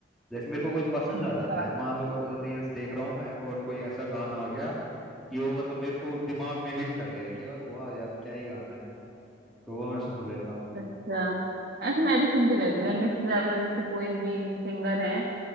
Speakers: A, in the centre; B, on the right.
A: जैसे मेरे को कोई पसंद
B: अच्छा
A: आ जाता है मान लो रील्स देख रहा हूँ मैं और कोई ऐसा गाना आ गया कि वो मतलब मेरे को दिमाग में हिट कर गया कि यार वाह यार क्या ही गाना है तो वो मैं सुन लेता हूँ
B: अच्छा ऐसे मैं भी सुनती रहती हूँ यार मिक्स ज्यादा जैसे कोई भी सिंगर है